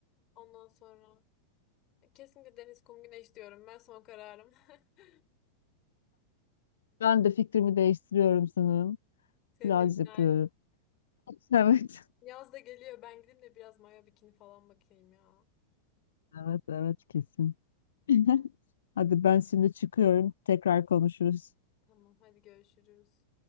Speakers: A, on the left (about 35°); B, on the left (about 65°).
A: Ondan sonra kesinlikle deniz, kum, güneş diyorum. Ben son kararım. <laughs>
B: Ben de fikrimi değiştiriyorum sanırım.
A: Seni
B: Plaj
A: de ikna
B: yapıyorum. <laughs> Evet.
A: Yaz da geliyor. Ben gideyim de biraz mayo bikini falan bakayım ya.
B: Evet, evet kesin. <laughs> Hadi ben şimdi çıkıyorum. Tekrar konuşuruz.
A: Tamam, hadi görüşürüz.